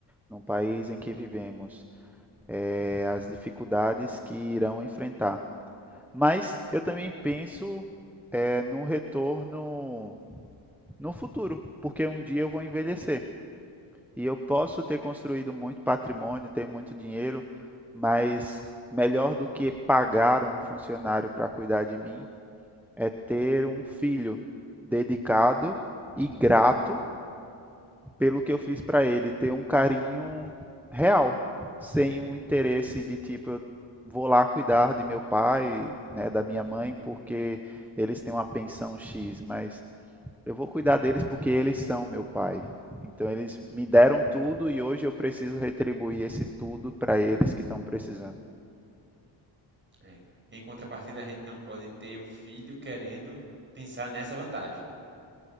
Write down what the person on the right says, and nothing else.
É. Em contrapartida, a gente não pode ter um filho querendo pensar nessa vantagem.